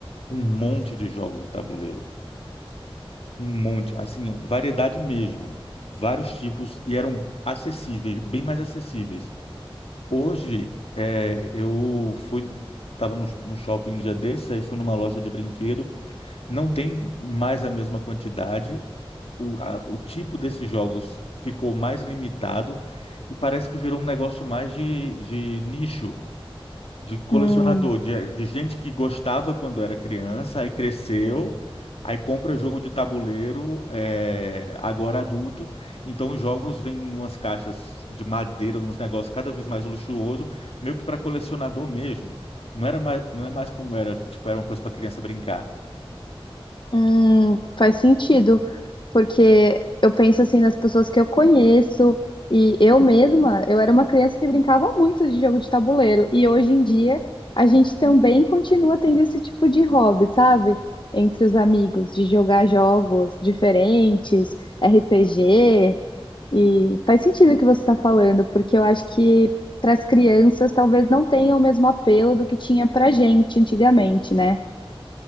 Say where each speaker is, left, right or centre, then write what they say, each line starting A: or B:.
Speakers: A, on the left; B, on the left.
A: com um monte de jogos de tabuleiro. Um monte, assim, variedade mesmo. Vários tipos e eram acessíveis, bem mais acessíveis. Hoje, é, eu fui, estava no, no shopping um dia desses, aí fui numa loja de brinquedo. Não tem mais a mesma quantidade. O, a- o tipo desses jogos ficou mais limitado e parece que virou um negócio mais de, de nicho de colecionador,
B: Hum.
A: de, de gente que gostava quando era criança, aí cresceu, aí compra jogo de tabuleiro, é, agora adulto. Então os jogos vêm em umas caixas de madeira, nos negócios cada vez mais luxuoso, meio que para colecionador mesmo. Não era mais, não é mais como era, tipo, era uma coisa para criança brincar.
B: Hum, faz sentido, porque eu penso assim nas pessoas que eu conheço e eu mesma, eu era uma criança que brincava muito de jogo de tabuleiro e hoje em dia a gente também continua tendo esse tipo de hobby, sabe? Entre os amigos, de jogar jogos diferentes, RPG, e faz sentido o que você está falando, porque eu acho que para as crianças talvez não tenha o mesmo apelo do que tinha para gente antigamente, né?